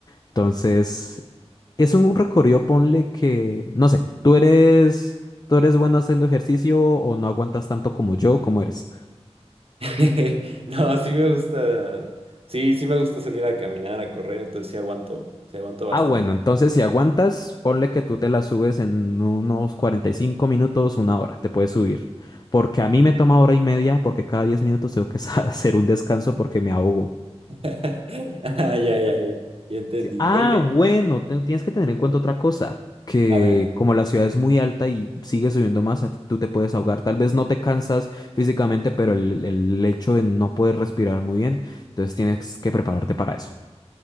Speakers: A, on the left; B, on the right.
A: Entonces, es un recorrido, ponle que, no sé, tú eres, tú eres bueno haciendo ejercicio o no aguantas tanto como yo, ¿cómo eres?
B: <laughs> No, sí me gusta. Sí, sí me gusta salir a caminar, a correr, entonces sí aguanto, sí aguanto bastante.
A: Ah, bueno, entonces si aguantas, ponle que tú te la subes en unos 45 minutos, una hora, te puedes subir. Porque a mí me toma hora y media, porque cada 10 minutos tengo que <laughs> hacer un descanso porque me ahogo.
B: <laughs> Ah, ya, ya, ya. Ya entendí.
A: Sí. Ah,
B: Oye,
A: bueno, te- tienes que tener en cuenta otra cosa, que
B: a ver.
A: como la ciudad es muy alta y sigue subiendo más, a ti- tú te puedes ahogar. Tal vez no te cansas físicamente, pero el, el hecho de no poder respirar muy bien, entonces tienes que prepararte para eso.